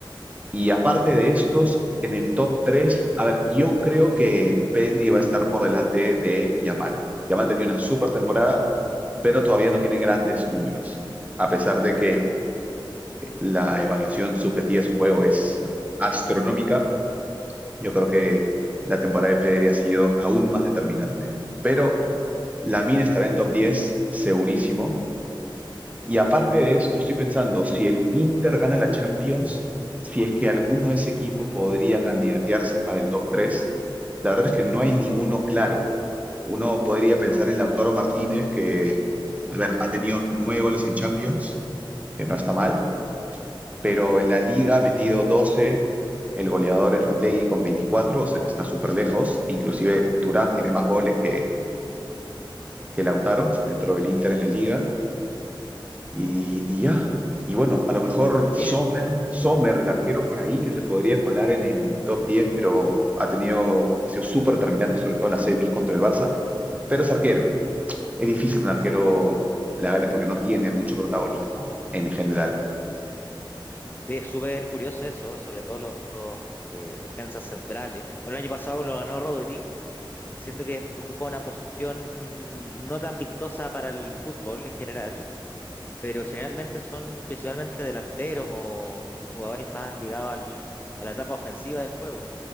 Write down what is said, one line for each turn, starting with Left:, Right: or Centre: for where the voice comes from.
Right: Y aparte de estos, en el top 3, a ver, yo creo que Pedri va a estar por delante de Yamal. Yamal tenía una super temporada, pero todavía no tiene grandes números. A pesar de que la evaluación subjetiva de su juego es astronómica, yo creo que la temporada de Pedri ha sido aún más determinante. Pero la mina estará en top 10, segurísimo. Y aparte de esto, estoy pensando, si el Inter gana la Champions, si es que alguno de ese equipo podría candidatearse para el top 3. la verdad es que no hay ninguno claro. Uno podría pensar en Lautaro Martínez, que, a ver, ha tenido nueve goles en Champions, que no está mal, pero en la liga ha metido 12, el goleador es Retegui con 24, o sea que está súper lejos, inclusive Turán tiene más goles que, que Lautaro dentro del Inter en la liga, y, y ya, y bueno, a lo mejor Sommer,
Left: Sí,
Right: Sommer, el arquero por ahí, que se podría colar en el top 10, pero ha tenido, ha sido súper determinante, sobre todo en las semis contra el Barça, pero es arquero, es difícil que un arquero la gane porque no tiene mucho protagonismo en general.
Left: sí, es súper curioso eso, sobre todo los, los, eh, defensas centrales. Bueno, el año pasado lo ganó Rodri siento que ocupa una posición no tan vistosa para el fútbol en general, pero generalmente son principalmente delanteros o jugadores más ligados al- a la etapa ofensiva del juego.